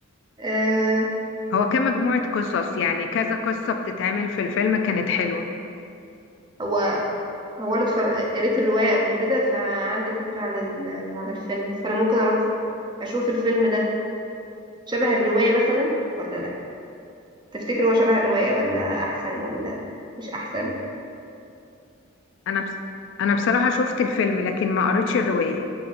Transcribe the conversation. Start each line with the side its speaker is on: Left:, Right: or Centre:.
Right: آه
Left: هو كان مجموعة قصص يعني كذا قصة بتتعمل في الفيلم كانت حلوة
Right: هو هو انا اتفرج... قريت الرواية قبل كده فعندي فكرة عن ال... عن الفيلم فانا ممكن اروح ف... اشوف الفيلم ده شبه الرواية مثلا ولا لا تفتكر هو شبه الرواية ولا احسن ولا مش احسن
Left: انا بس انا بصراحة شفت الفيلم لكن ما قريتش الرواية